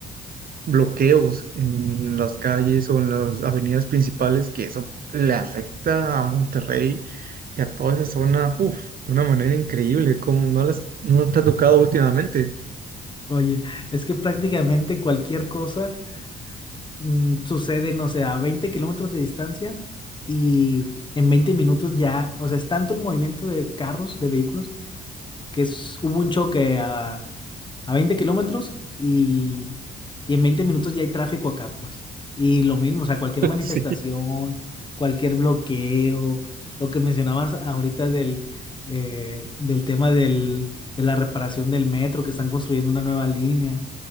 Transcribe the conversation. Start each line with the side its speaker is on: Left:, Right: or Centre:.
Right: bloqueos en las calles o en las avenidas principales, que eso le afecta a Monterrey y a toda esa zona, uff, de una manera increíble, como no las, no te ha tocado últimamente,
Left: Oye, es que prácticamente cualquier cosa mm, sucede, no sé, a 20 kilómetros de distancia y en 20 minutos ya, o sea, es tanto el movimiento de carros, de vehículos, que es- hubo un choque a, a 20 kilómetros y, y en 20 minutos ya hay tráfico acá, pues. Y lo mismo, o sea, cualquier
Right: <laughs>
Left: manifestación,
Right: Sí.
Left: cualquier bloqueo, lo que mencionabas ahorita del, eh, del tema del, de la reparación del metro, que están construyendo una nueva línea,